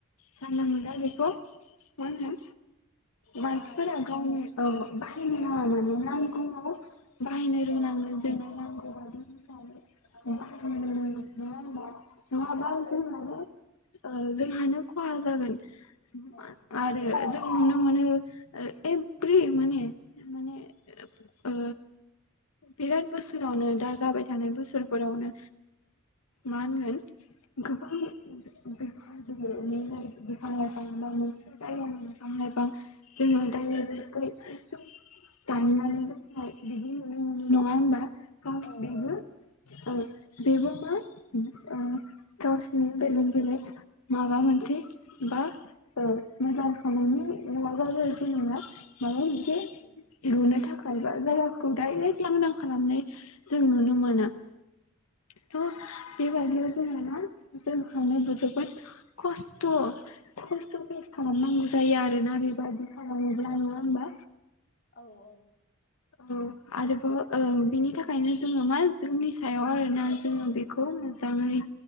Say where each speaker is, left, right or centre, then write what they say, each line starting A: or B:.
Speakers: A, on the left (about 85°); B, on the left (about 45°).
A: जानला मोनला बेखौ माहोनो। मानसिफोरा
B: बाहाय
A: गावनो। औ बाहाय नो नाङा माने नांगौआव। बाहायनो
B: औ
A: रोंनांगोन
B: औ
A: जोंनो नांगौबा <unintelligible> जो बाहायनो
B: औ
A: रोंनांगोन नोङा होमबा। महाब
B: औ
A: इथिंलाबो। ओ जोंहानो खहा जागोन। मोनआरो
B: औ
A: जा नुनो मोनो। एभ्रि माने माने ओ बिराद बोसोरावनो दा जाबाय थानाय बोसोरफोरावनो मा होनगोन गोबां बिफां लाइफां जायानि बिफां लाइफां। जोङो दालायफोरखौ एखदम दाननानै दोननाय बिदि नुनोमोनो नङा होनबा। खावस
B: औ
A: बेबो।
B: औ
A: ओ बेबो मोन ओ गावसिनि जोनोमजानाय माबा मोनसे बा ओ मोजां खनायनि। दावबाय फैयनांनाय माबा मोन। बे
B: औ
A: लुनो थाखाय। बाइबा जायगाखौ डाइरेक्ट लांदां खालामनाय जों नुनो मोना। थ बे। बारियाव जोंहाना जोंहानोबो जोबोद खस्थ' खस्थ'पेस खालामनांगौ जायो आरोना बे। बायदि खालामोब्ला नङा होमबा।
B: औ-औ।
A: औ आरोबाव ओ बेनि थाखायनो जोङो मा जोंनि सायाव आरोना जोङो बेखौ मोजाङै